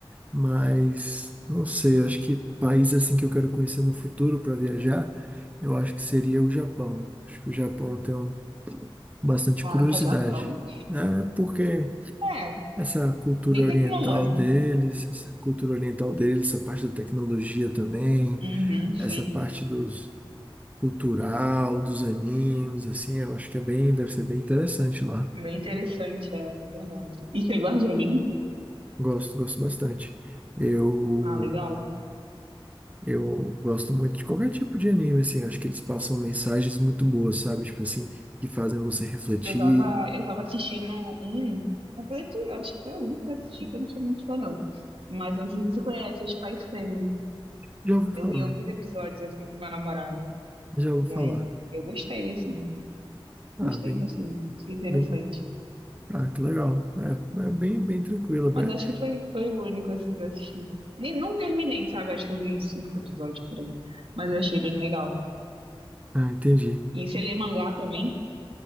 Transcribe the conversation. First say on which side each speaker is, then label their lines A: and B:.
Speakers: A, on the right; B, on the right.
A: Mas não sei, acho que país assim que eu quero conhecer no futuro para viajar, eu acho que seria o Japão. Acho que o Japão eu tenho bastante
B: Caraca,
A: curiosidade.
B: Japão?
A: É porque
B: É,
A: Essa cultura
B: bem tecnológico.
A: oriental deles, essa cultura oriental deles, essa parte da tecnologia também,
B: Uhum,
A: essa
B: sim.
A: parte dos cultural, dos animes, assim, eu acho que é bem, deve ser bem interessante lá.
B: Bem interessante, é, é verdade. E você gosta de anime?
A: Gosto, gosto bastante. Eu,
B: Ah, legal.
A: eu gosto muito de qualquer tipo de anime, assim, acho que eles passam mensagens muito boas, sabe? Tipo assim, que fazem você refletir.
B: Eu tava, eu tava assistindo um. Na verdade, eu acho que foi o único que eu assisti, que eu não sou muito fã, não. Mas eu não sei se você conhece, é Spy Family.
A: Já ouvi
B: Eu
A: falar,
B: vi alguns episódios assim com meu namorado.
A: já ouvi
B: E
A: falar.
B: aí, eu gostei, assim.
A: Ah,
B: Gostei,
A: bem,
B: gostei. Achei interessante.
A: bem, ah, que legal. É, é bem, bem tranquilo, velho.
B: Mas acho que foi, foi o único assim que eu assisti. Nem, não terminei, sabe? Acho que eu vi cinco episódios por aí. Mas eu achei bem legal.
A: Ah, entendi.
B: E você lê mangá também?